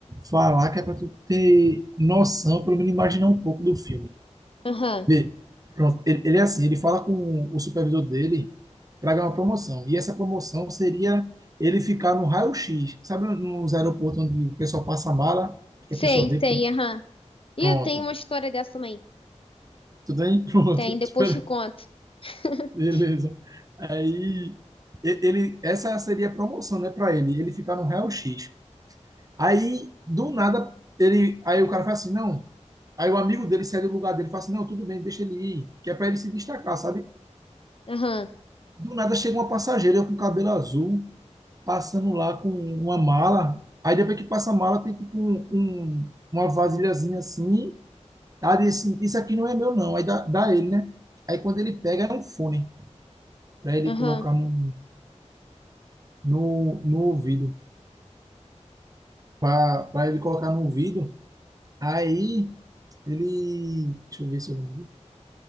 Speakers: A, on the right; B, on the left.
A: falar, que é para tu ter noção, pelo menos imaginar um pouco do filme.
B: aham.
A: Vê, pronto, ele, ele é assim, ele fala com o supervisor dele para ganhar uma promoção. E essa promoção seria ele ficar no raio-x. Sabe nos aeroportos onde o pessoal passa a mala, que a pessoa
B: Sei,
A: vê,
B: sei,
A: pro-
B: aham. E
A: pronto.
B: eu tenho uma história dessa também.
A: Tudo bem? <laughs> Pronto.
B: Tem, depois
A: Espera.
B: te conto. <laughs>
A: Beleza. Aí, e- ele, essa seria a promoção, né, para ele, ele ficar no raio-x. Aí, do nada, ele, aí o cara fala assim, não. Aí o amigo dele sai do lugar dele e fala assim, não, tudo bem, deixa ele ir, que é para ele se destacar, sabe?
B: Aham,
A: Do nada chega uma passageira com cabelo azul, passando lá com uma mala. Aí depois que passa a mala, tem tipo um, um- uma vasilhazinha assim. Ah, disse, isso aqui não é meu, não. Aí dá, dá ele, né? Aí quando ele pega, é um fone para ele
B: aham,
A: colocar no, no, no ouvido. Para ele colocar no ouvido. Aí ele. Deixa eu ver se eu lembro